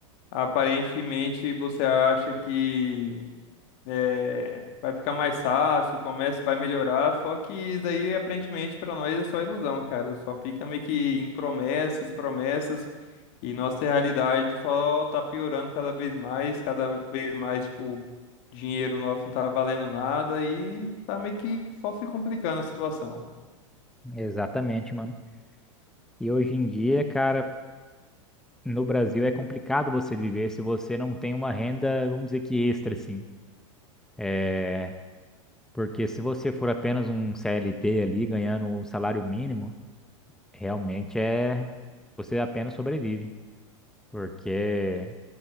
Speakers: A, on the left; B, in the centre.
A: aparentemente você acha que É, vai ficar mais fácil, o comércio vai melhorar, só que isso daí aparentemente para nós é só ilusão, cara. Só fica meio que em promessas, promessas, e nossa realidade só tá piorando cada vez mais, cada vez mais, tipo, dinheiro nosso não tá valendo nada e tá meio que só se complicando a situação.
B: Exatamente, mano. E hoje em dia, cara, no Brasil é complicado você viver se você não tem uma renda, vamos dizer que extra, assim. É, porque se você for apenas um CLT ali ganhando um salário mínimo, realmente é você apenas sobrevive. porque